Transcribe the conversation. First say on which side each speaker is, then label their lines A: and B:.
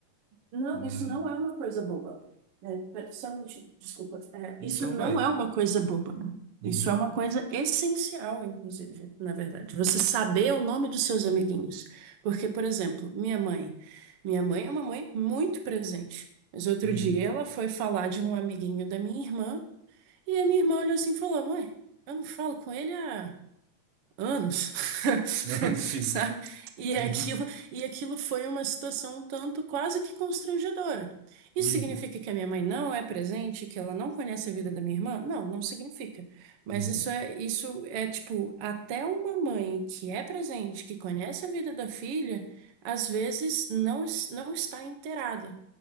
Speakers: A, on the right; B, on the right.
A: Não,
B: né?
A: isso não é uma coisa boba. né? Pera- só um minutinho, desculpa. É,
B: Então,
A: isso não
B: velho.
A: é uma coisa boba.
B: Uhum,
A: Isso é uma coisa essencial, inclusive, na verdade. Você saber o nome dos seus amiguinhos. Porque, por exemplo, minha mãe. Minha mãe é uma mãe muito presente. Mas outro
B: uhum.
A: dia ela foi falar de um amiguinho da minha irmã e a minha irmã olhou assim e falou: Mãe, eu não falo com ele há anos, <laughs>
B: <laughs> Sim.
A: sabe? E
B: Uhum.
A: aquilo, e aquilo foi uma situação um tanto quase que constrangedora. Isso
B: Uhum.
A: significa que a minha mãe não é presente, que ela não conhece a vida da minha irmã? Não, não significa. Mas
B: Uhum.
A: isso é, isso é tipo, até uma mãe que é presente, que conhece a vida da filha, às vezes não, es- não está inteirada.